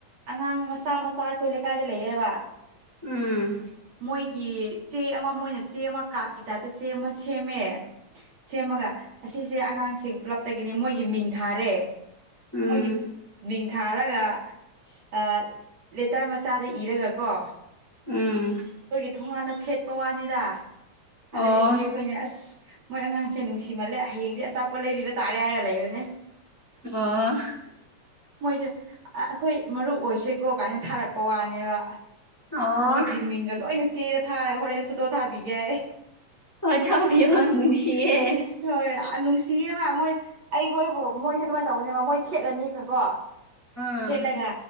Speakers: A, on the right; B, in the centre.
A: ꯑꯉꯥꯡ ꯃꯆꯥ ꯃꯆꯥ ꯑꯈꯣꯏ ꯂꯩꯀꯥꯏꯗ ꯂꯩꯑꯕ꯫
B: ꯎꯝ
A: ꯃꯣꯏꯒꯤ ꯆꯦ ꯑꯃ ꯃꯣꯏꯅ ꯆꯦ ꯑꯃ ꯀꯥꯠꯀꯤ ꯇꯥꯏꯞꯇ ꯆꯦ ꯑꯃ ꯁꯦꯝꯃꯦ ꯁꯦꯝꯃꯒ ꯑꯁꯤꯁꯦ ꯑꯉꯥꯡꯁꯤꯡ ꯄ꯭ꯂꯞꯇꯒꯤꯅꯦ ꯃꯣꯏꯒꯤ ꯃꯤꯡ ꯊꯥꯔꯦ꯫
B: ꯎꯝ
A: ꯃꯣꯏꯒꯤ ꯃꯤꯡ ꯊꯥꯔꯒ ꯑ ꯂꯦꯇꯔ ꯃꯆꯥꯗ ꯏꯔꯒ ꯀꯣ
B: ꯎꯝ
A: ꯊꯣꯉꯥꯟꯗ ꯊꯦꯠꯄ ꯋꯥꯅꯤꯗ ꯑꯗ
B: ꯑꯣ
A: ꯏꯆꯦ ꯑꯈꯣꯏꯅꯦ ꯑꯁ ꯃꯣꯏ ꯑꯉꯥꯡꯁꯦ ꯅꯨꯡꯁꯤꯃꯜꯂꯦ ꯍꯌꯦꯡꯗꯤ ꯑꯆꯥꯄꯣꯠ ꯂꯩꯕꯤꯕ ꯇꯥꯔꯦ ꯌꯥꯏꯔꯦ ꯂꯩꯕꯅꯦ꯫
B: ꯑꯣ
A: ꯃꯣꯏꯁꯦ ꯑꯩꯈꯣꯏ ꯃꯔꯨꯞ ꯑꯣꯏꯁꯦꯀꯣ ꯀꯥꯏꯅ ꯊꯥꯔꯛꯄ ꯋꯥꯅꯦꯕ
B: ꯑꯣ
A: ꯃꯣꯏꯒꯤ ꯃꯤꯡꯒ ꯂꯣꯏꯅ ꯆꯦꯔ ꯊꯥꯔꯒ ꯍꯣꯔꯦꯟ ꯐꯣꯇꯣ ꯊꯥꯕꯤꯒꯦ
B: ꯑꯣ ꯊꯕꯤ
A: ꯅꯨꯡꯁꯤ
B: ꯅꯨꯡꯁꯤꯌꯦ
A: ꯅꯨꯡꯁꯤ ꯍꯣꯏ ꯅꯨꯡꯁꯤꯌꯦꯕ ꯃꯣꯏ ꯑꯩꯈꯣꯏꯕꯨ ꯃꯣꯏꯁꯦ ꯑꯗꯨꯃꯥꯏꯅ ꯇꯧꯕꯅꯦꯕ ꯃꯣꯏ ꯊꯦꯠꯂꯅꯤꯒꯀꯣ
B: ꯎꯝ
A: ꯊꯦꯠꯂꯒ